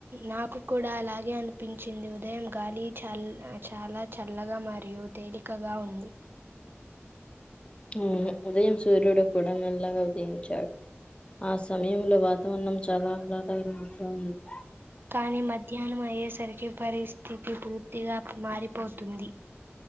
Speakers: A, on the right; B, on the left.
A: నాకు కూడా అలాగే అనిపించింది ఉదయం గాలి చల్ చాలా చల్లగా మరియు తేలికగా ఉంది
B: ఉమ్ ఉదయం సూర్యుడు కూడా మెల్లగా ఉదయించాడు ఆ సమయంలో వాతావరణం చాలా ఆహ్లాదకరము గా ఉంది
A: కానీ మధ్యాహ్నం అయ్యేసరికి పరిస్థితి పూర్తిగా మారిపోతుంది